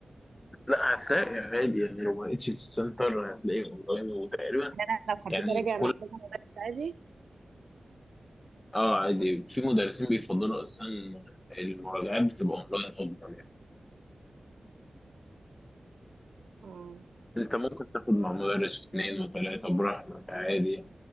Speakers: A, on the left; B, on the right.
A: لا هتلاقي عادي يعني لو ما لقيتش في السنتر هتلاقيه اونلاين وتقريبا
B: يعني أنا لو حبيت
A: يعني
B: أراجع
A: كل
B: مع كذا مدرس عادي
A: اه عادي في مدرسين بيفضلوا اصلا المراجعات بتبقى اونلاين افضل يعني
B: اه
A: انت ممكن تاخد مع مدرس اثنين وثلاثه براحتك عادي